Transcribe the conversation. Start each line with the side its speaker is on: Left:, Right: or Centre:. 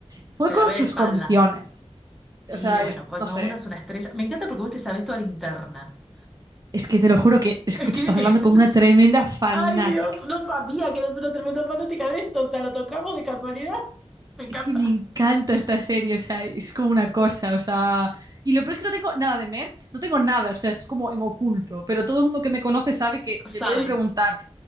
Right: fue
Centre: se
Right: con
Centre: la ve
Right: sus
Centre: de espalda.
Right: condiciones.
Centre: Y
Right: O sea,
Centre: bueno,
Right: es-
Centre: cuando
Right: no sé.
Centre: uno es una estrella. Me encanta porque vos te sabés toda la interna.
Right: Es que te lo juro que, escucha,
Centre: Es que.
Right: estás
Centre: <laughs>
Right: hablando con una tremenda fanática
Centre: Ay, Dios, no sabía que eres una tremenda fanática de esto. O sea, lo tocamos de casualidad. Me encanta.
Right: Es que me encanta esta serie, o sea, es como una cosa, o sea... Y lo peor es que no tengo nada de merch, no tengo nada, o sea, es como en oculto, pero todo el mundo que me conoce sabe que
Centre: Sabe
Right: me pueden preguntar.